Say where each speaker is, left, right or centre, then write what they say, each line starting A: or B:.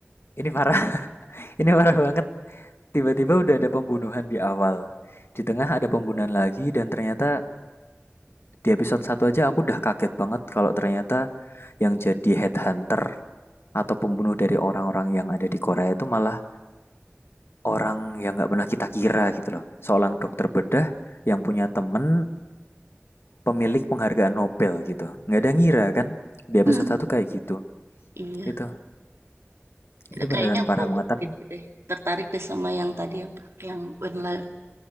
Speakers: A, on the left; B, on the right.
A: ini parah. <laughs> Ini parah banget. Tiba-tiba udah ada pembunuhan di awal. Di tengah ada pembunuhan lagi dan ternyata Di episode satu aja aku udah kaget banget kalau ternyata yang jadi headhunter atau pembunuh dari orang-orang yang ada di Korea itu malah orang yang nggak pernah kita kira gitu loh. Seorang dokter bedah yang punya temen pemilik penghargaan Nobel gitu. Nggak ada ngira kan? Di
B: <laughs>
A: episode satu kayak gitu.
B: iya
A: Itu itu
B: kayaknya
A: beneran
B: aku
A: parah mengetapnya.
B: itu deh tertarik deh sama yang tadi apa yang When Life